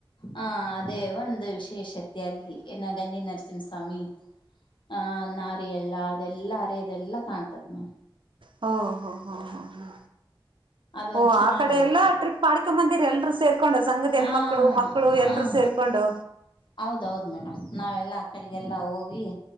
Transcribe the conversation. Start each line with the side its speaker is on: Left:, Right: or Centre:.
Left: ಹಾ ಅದೇ ಒಂದು ವಿಷ ವಿಶೇಷತೆ ಅಲ್ಲಿ ನ ಗಂಡಿ ನರಸಿಂಹಸ್ವಾಮಿ ಆಹ ನಾರ ಎಳ್ಳ ಅದೆಲ್ಲಾ ಅರೆ ಇದೆಲ್ಲಾ ಕಾಣ್ತತ್ ಮೇಡಂ
Right: ಹ ಹ ಹಾ ಹಾ ಹಾ
Left: ಅದೊಂದ್
Right: ಓ
Left: ಚೆನ್ನಾಗಿರುತ್ತೆ
Right: ಆ ಕಡೆ ಎಲ್ಲಾ ಟ್ರಿಪ್ ಮಾಡ್ಕೊಂಬಂದಿರ ಎಲ್ರುೂ ಸೇರ್ಕೊಂಡು ಸಂಘದ ಹೆಣ್ಮಕ್ಳು
Left: ಹ
Right: ಮಕ್ಕಳು ಎಲ್ರುೂ
Left: ಹ
Right: ಸೇರ್ಕೊಂಡು
Left: ಹೌದೌದು ಮೇಡಮ್ ನಾವೆಲ್ಲಾ ಆ ಕಡೆಗೆಲ್ಲ ಹೋಗಿ